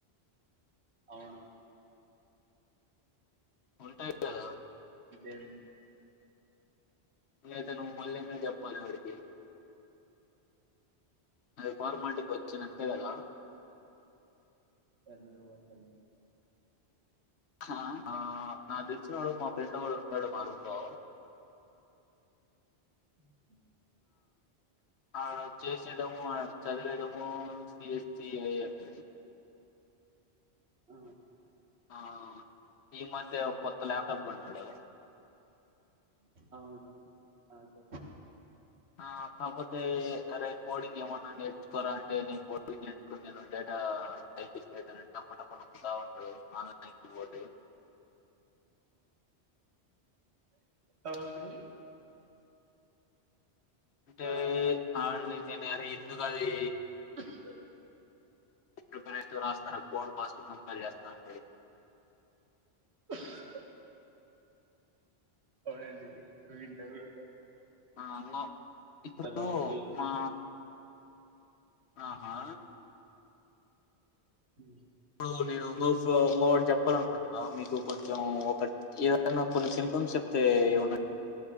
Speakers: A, on the right; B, on the left.
A: అవునా
B: ఉంటాయ్ <inaudible>
A: ఎందుకు
B: అయితే నువ్వు మళ్ళీ ఎందుకు చెప్ ప్పాల డికి అది ఫార్మాలిటీ క్వశ్చన్ తే లేదా
A: <unintelligible>
B: ఆ నాకు తెలిసిన వాడు మా ఫ్రెండ్ ఒగడు ఉంటాడు మా రూమ్ లో
A: <inaudible>
B: ఆ చేసేదేమో చదివెదేము సిఎస్సి ఎ ఐ ది
A: ఆ
B: ఆ ఈ మధ కొత్త ల్యాప్టాప్ కొన్నాడు
A: అవును అంతే
B: ఆ కాపోతే అరేయ్ కోడింగ్ ఏమన్నా నేర్చుకోరా అ టే నేను కోడింగ్ నేర్చుకునిదుంటే గా టైపిస్ట్ అయితానని టప్ప టప్ప నొక్కుతా ఉంటాడు ఆన్లైన్ కీ బోర్డు
A: అవును.
B: అంటే
A: మరి
B: ఆడిదే అరే ఎందుకది.
A: <inaudible>
B: <unintelligible> రాస్తాను కోల్డ్ పాజటివ్ కంపేర్ చేస్తారు.
A: <inaudible> అవునండి వీడ్ ఇంటర్వ్యూలో
B: ఆ అన్నా ఇప్పుడూ
A: కాబట్టి
B: మా ఆహా
A: ఉ
B: ఇప్పుడు నేను ఒంగో ఒంగోటి చెప్పాలనుకుంటున్నా మీకు కొంచెం ఒక ఏదన్న కొన్ని సింప్టన్ చెప్తే ఏమన్నా